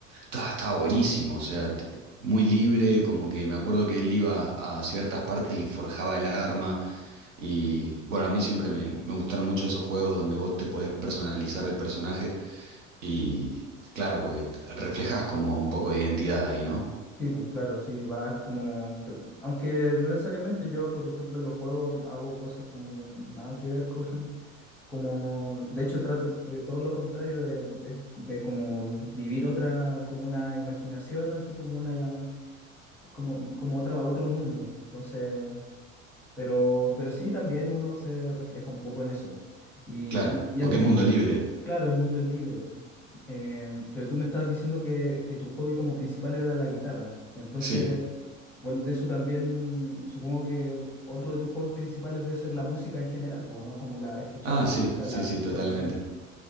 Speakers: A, on the right (about 70°); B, in the centre.
A: ta- estaba buenísimo, o sea, t- muy libre, como que me acuerdo que él iba a ciertas partes y forjaba el arma. Y bueno, a mí siempre me, me gustaron mucho esos juegos donde vos te podés personalizar el personaje y claro, porque t- reflejás como un poco de identidad ahí, ¿no?
B: Sí, pues claro, sí, va como... que- Aunque no necesariamente yo, por ejemplo, en los juegos hago cosas como que nada que ver con... <laughs> Como, de hecho, trato de todo lo contrario de, de, de como vivir otra, como una imaginación, así como una, ya- como, como otra, otro mundo. Entonces, pero, pero sí, también uno se refleja un poco en eso. Y,
A: Claro,
B: y, y
A: porque
B: antes
A: es
B: que,
A: mundo libre.
B: Claro, el mundo es libre. po. Eh, pero tú me estabas diciendo que, que tu hobby como principal era la guitarra. Entonces,
A: Sí.
B: bueno, de eso también supongo que otro de tus hobbies principales debe ser la música en general, po, ¿no? Como la escuchar
A: Ah,
B: música,
A: sí, sí,
B: la
A: sí, totalmente.
B: conocer.